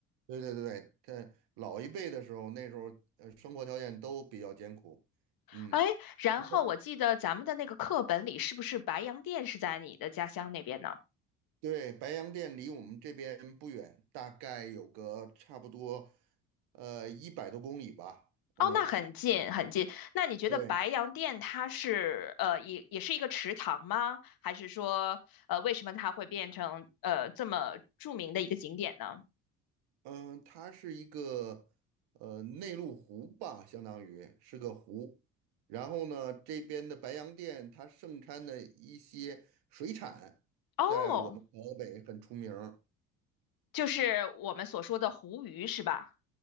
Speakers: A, on the right (about 70°); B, on the left (about 55°).
A: 对对对对，在老一辈的时候，那时候呃生活条件都比较艰苦，嗯。
B: 哎，然后我记得咱们的那个课本里是不是白洋淀是在你的家乡那边呢？
A: 然后。对，白洋淀离我们这边不远，大概有个差不多，呃，一百多公里吧。嗯，
B: 哦，那很近很近。那你觉得白洋淀它是呃也也是一个池塘吗？
A: 对，
B: 还是说呃为什么它会变成呃这么著名的一个景点呢？
A: 嗯、它是一个呃内陆湖吧，相当于是个湖。然后呢，这边的白洋淀它盛产的一些水产，
B: 哦，
A: 在我们河北很出名儿
B: 就是我们所说的湖鱼是吧？